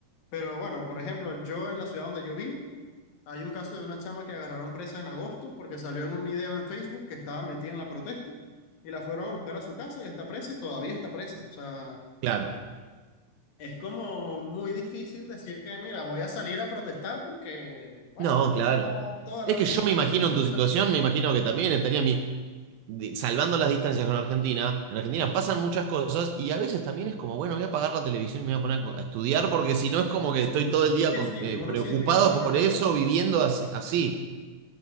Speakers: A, on the left (about 65°); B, on the right (about 75°).
A: Pero bueno, por ejemplo, yo en la ciudad donde yo vivo, hay un caso de una chama que agarraron presa en agosto porque salió en un video en Facebook que estaba metida en la protesta y la fueron a buscar a su casa y está presa y todavía está presa. O sea,
B: Claro.
A: es como muy difícil decir que, mira, voy a salir a protestar porque, bueno,
B: No, claro.
A: está toda la
B: Es que
A: vida
B: yo me imagino
A: podría irme
B: en tu
A: a la
B: situación,
A: cárcel.
B: me imagino que también estaría mi, de- salvando las distancias con Argentina. En Argentina pasan muchas cosas y a veces también es como, bueno, voy a apagar la televisión y me voy a poner a estudiar porque si no es como que estoy todo el día
A: Sí,
B: con-
A: sí,
B: eh,
A: uno
B: preocupado
A: siente que se va a volver
B: por eso,
A: loco.
B: viviendo así. así.